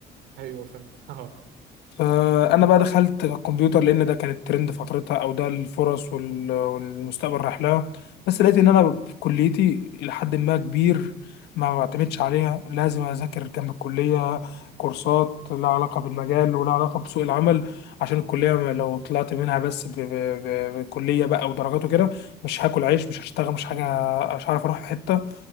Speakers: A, on the right; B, on the left.
A: ايوه فهمت <laughs> اه
B: فانا بقى دخلت الكمبيوتر لان ده كان الترند فترتها او ده الفرص وال- والمستقبل رايح لها بس لقيت ان انا في كليتي الى حد ما كبير ما بعتمدش عليها لازم اذاكر جنب الكليه كورسات لها علاقه بالمجال ولها علاقه بسوق العمل عشان الكليه ما- لو طلعت منها بس ب- ب- ب- بكليه بقى ودرجات وكده مش هاكل عيش مش هشتغل مش حاجه مش هعرف اروح في حته